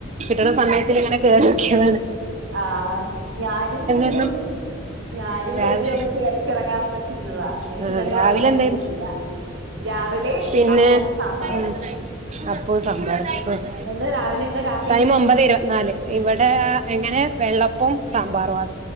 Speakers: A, on the right; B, on the right.
A: കിട്ടണ സമയത്തിലിങ്ങനെ കേറ്യോ ക്കിയതാണ്
B: ആഹ് ഞാനും <unintelligible>
A: എന്തായിരുന്നു
B: ഞാനും
A: രാവി
B: കരുതി ഒന്ന് കേറിക്കെറങ്ങാന്നും വെച്ച് ച്ചിരുന്നതാ എനിക്ക്
A: ആ
B: ഇതരേ
A: രാവിലെ
B: വർക്കൊന്നും
A: എന്തായിരുന്നു
B: കിട്ടീല്ലാ രാവിലേ
A: പിന്നെ
B: അപ്പവും സാമ്പാറും
A: ഉം അപ്പവും സാമ്പാറും ഉം
B: എന്താ രാവിലെ എന്താ കാപ്പി
A: ടൈം ഒമ്പത് ഇരുപത്നാല് ഇവിടേ എങ്ങനെ വെള്ളപ്പവും സാമ്പാറും ആ